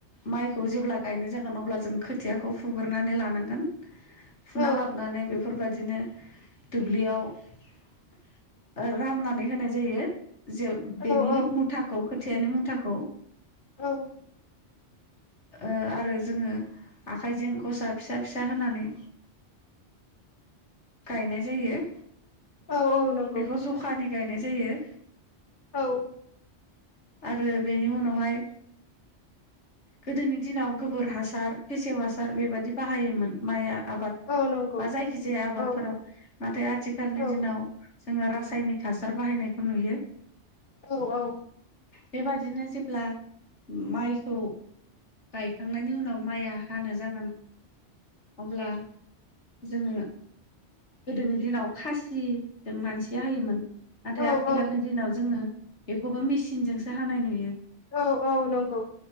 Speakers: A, on the left; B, on the left.
A: माइखौ जेब्ला गायनो जागोन अब्ला जों खोथियाखौ फुग्रोनानै लानांगोन फुना
B: औ
A: लाबोनानै बेफोरबादि बिदिनो दुब्लियाव ओ राननानै होनाय जायो जे बेनि
B: औ औ
A: मुथाखौ खो खोथियानि मुथाखौ
B: औ
A: ओ आरो जोङो आखाइजों गसा फिसा फिसा होनानै गायनाय जायो
B: औ औ नंगौ
A: बेखौ जखानि गायनाय जायो
B: औ
A: आरो बेनि उनावहाय गोदोनि दिनाव गोबोर हासार फेसेव हासार बेबायदि बाहायोमोन माइया आबाद
B: औ नंगौ
A: बा जायखिजाया आबादफोराव
B: औ
A: नाथाय आथिखालनि
B: औ
A: दिनाव जोङो रासायनिक हासार बाहायनायखौ नुयो
B: औ औ
A: बेबादिनो जेब्ला माइखौ गायखांनायनि उनाव माइया हानो जागोन अब्ला जोङो गोदोनि दिनाव खासिजों मानसिया होयोमोन नाथाय
B: औ
A: आथिखालनि
B: औ
A: दिनाव जोङो बेखौबो मिसि सिनजोंसो हानाय नुयो
B: औ औ नंगौ